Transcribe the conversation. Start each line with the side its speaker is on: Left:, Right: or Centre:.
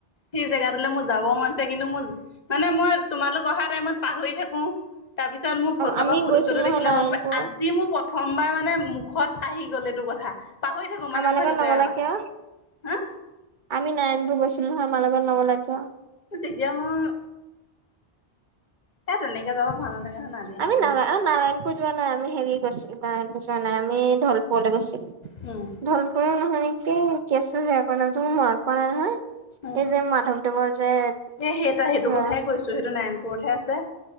Left: সেই জেগাটোলে, মোৰ যাব মন আছে! কিন্তু মোৰ, মানে মই, তোমালোক অহা টাইমত পাহৰি থাকোঁ। তাৰপিছত, মোৰ কাৰোবাৰ
Right: আমি
Left: ফটো-চটো
Right: গৈছিলো নহয়
Left: দেখিলে,
Right: নাৰায়ণপুৰ।
Left: মনত পৰে! আজি মোৰ প্ৰথমবাৰ মানে, মুখত আহি গ'ল, এইটো কথা। পাহৰি থাকোঁ,
Right: আমাৰ
Left: মানে
Right: লগত
Left: মই সেইটো
Right: নগ'লা
Left: জেগাৰ কথা।
Right: কিয়?
Left: হা
Right: আমি নাৰায়ণপুৰ গৈছিলোঁ নহয়, <unintelligible>
Left: তেতিয়া মোৰ, সেই, তেনেকে যাব ভাল নালাগে! নালিহঁতো
Right: আমি নাৰা-নাৰায়ণপুৰ
Left: গৈছে
Right: যোৱা নাই, আমি হেৰি গৈছিলো, নাৰায়ণপুৰ যোৱা নাই, আমি ঢলপুৱলৈ গৈছিলো।
Left: উম।
Right: ঢলপুৰৰ নহয় নেকি, কি আছিল হেইকাৰণে মোৰ মনত পৰা নাই নহয়।
Left: উম
Right: এই যে মাধৱদেবৰ যে হেয়া।
Left: এ সেই সেইটো কথাই কৈছো সেইটো নাৰায়ণপুৰতহে আছে।